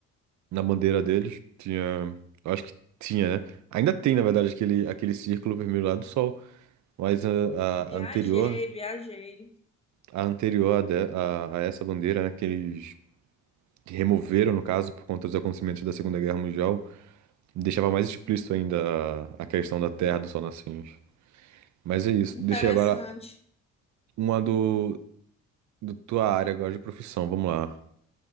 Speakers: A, on the right; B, on the left.
A: na bandeira deles. Tinha. Eu acho que tinha, né? Ainda tem, na verdade, aquele, aquele círculo vermelho lá do sol. Mas a,
B: Viajei,
A: a- a anterior,
B: viajei.
A: a anterior a, de- a- a essa bandeira, né? Que eles removeram, no caso, por conta dos acontecimentos da Segunda Guerra Mundial, deixava mais explícito ainda a, a questão da terra do sol nascente. Mas é isso.
B: Interessante.
A: Deixei agora uma do, do tua área agora de profissão. Vamos lá.